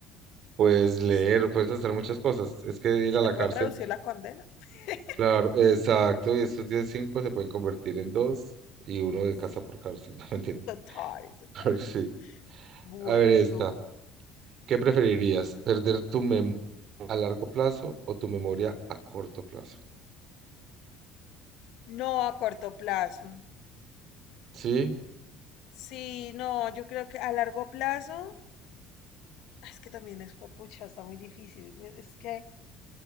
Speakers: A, on the right; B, on the left.
A: puedes leer,
B: Sí.
A: puedes hacer muchas cosas. Es que ir
B: Y
A: a
B: te
A: la
B: pueden
A: cárcel,
B: reducir la condena. <laughs>
A: claro, exacto, y esos 10 cinco se pueden convertir en dos y uno de
B: sí,
A: casa por cárcel, <laughs> no mentira.
B: total, total.
A: <laughs> sí.
B: Bueno,
A: A ver, esta,
B: ¿y tú?
A: ¿qué preferirías? ¿Perder tu memoria a largo plazo o tu memoria a corto plazo?
B: No a corto plazo.
A: Sí,
B: Sí, no, yo creo que a largo plazo, ah, es que también es pucha, está muy difícil. Es que